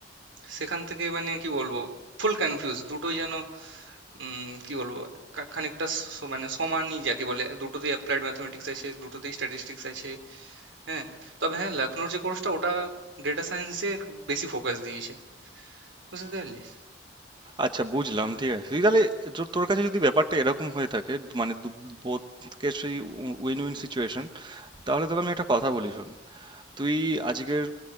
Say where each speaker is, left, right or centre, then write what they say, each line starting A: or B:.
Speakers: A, on the right; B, on the right.
A: সেখান থেকে মানে কি বলবো ফুল কনফিউজ দুটোই যেন উম, কি বলবো কা- খানিকটা স- মানে সমানই যাকে বলে দুটোতেই অ্যাপ্লাইড ম্যাথমেটিক্স আছে দুটোতেই স্ট্যাটিস্টিক্স আছে হ্যাঁ তবে হ্যাঁ লখনৌর যে কোর্সটা ওটা ডেটা সায়েন্সে বেশি ফোকাস দিয়েছে বুঝতে পারলি
B: আচ্ছা বুঝলাম ঠিক আছে তুই তাহলে যো- তোর কাছে যদি ব্যাপারটা এরকম হয়ে থাকে মানে বোথ কেসই উইন উইন সিচুয়েশন তাহলে তোকে আমি একটা কথা বলি শোন তুই আজকের